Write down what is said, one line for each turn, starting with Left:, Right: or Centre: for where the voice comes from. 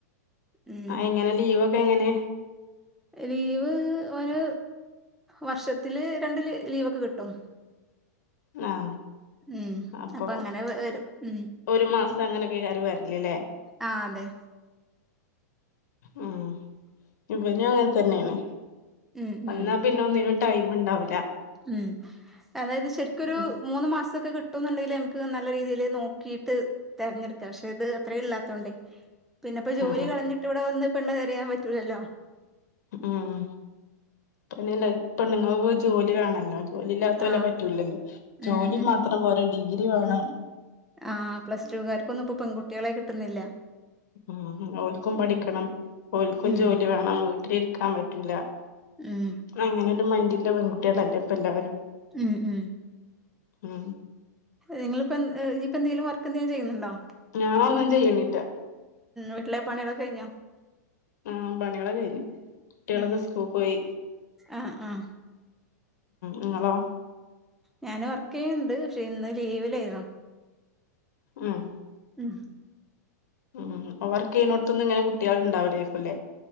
Centre: ഉം
Left: എങ്ങനെ ലീവൊക്കെ എങ്ങനെ
Centre: ലീവ് ഒരു വർഷത്തില് രണ്ട് ലീവൊക്കെ കിട്ടും
Left: ആ
Centre: ഉം
Left: അപ്പൊ
Centre: അങ്ങനെ വരും ഉം
Left: ഒരു മാസം അങ്ങനെക്കെകെറി വരലല്ലേ
Centre: ആ അതെ
Left: ഉ ഇവനും അങ്ങനെ തന്നെയാണ്
Centre: ഉം
Left: വന്നാ
Centre: ഉം
Left: പിന്നെ ഒന്നിനും ടൈം ഉണ്ടാവില്ല
Centre: ഉം അതായത് ശരിക്കൊരു
Left: ഉം
Centre: മൂന്ന് മാസമൊക്കെ കിട്ട ട്ടുന്നുണ്ടെങ്കിൽ ന്മക്ക് നല്ല രീതിയിൽ നോക്കിട്ട് തിരഞ്ഞെടുക്കാം പക്ഷെ ഇത് അത്രേ ഇല്ലാത്തോണ്ടേ പിന്നെപ്പോ ജോലി
Left: ആഹ്
Centre: കളഞ്ഞിട്ട് ഇവിടെ വന്ന് പെണ്ണ് തെരയാൻ പറ്റൂലല്ലോ
Left: ഉം പിന്നെല്ല പെണ്ണുങ്ങൾക്ക് ജോലി വേണല്ലോ ജോലി ഇല്ലാത്ത പോലെ
Centre: ആ
Left: പറ്റൂലല്ലോ ജോലി
Centre: ഉം
Left: മാത്രം പോര ഡിഗ്രി വേണം
Centre: ആ പ്ലസടുകാർക്കൊന്നും ഇപ്പോ പെൺകുട്ടികളെ കിട്ടുന്നില്ല
Left: ഉ അവക്കും പഠിക്കണം
Centre: ഉം
Left: ഓൽക്കും
Centre: ഉം
Left: ജോലി വേണം വീട്ടിലിരിക്കാൻ പറ്റൂല
Centre: ഉം
Left: അങ്ങനെ ഒരു മൈൻഡിൽ പെൺകുട്ടികളല്ലെ ഇപ്പ എല്ലരും
Centre: ഉം ഉം
Left: ഉം
Centre: നിങ്ങളിപ്പോ എ ഇനിപ്പോ എന്തേലും വർക്ക് എന്തെങ്കിലും ചെയ്യുന്നുണ്ടോ
Left: ഞാൻ ഒന്നും ചെയ്യണില്ല
Centre: വിട്ടിലെ പണികളൊക്ക കഴിഞ്ഞോ
Left: ആഹ് പണികള് കഴിഞ്ഞു കുട്ടികളൊക്കെ
Centre: ഉം
Left: സ്കൂൾ പോയി
Centre: ആഹ് ആഹ്
Left: നിങ്ങളോ
Centre: ഞാന് വർക്ക് ചെയ്യ്ണ്ട് പക്ഷെ ഇന്ന് ലീവിലേയിരുന്നു
Left: ഉം
Centre: ഉം
Left: ഉം വർക്കെയുന്നെടുത്തൊന്ന് ഇങ്ങനെ കുട്ടികൾ ഉണ്ടാവില്ലേയിരിക്കുംല്ലേ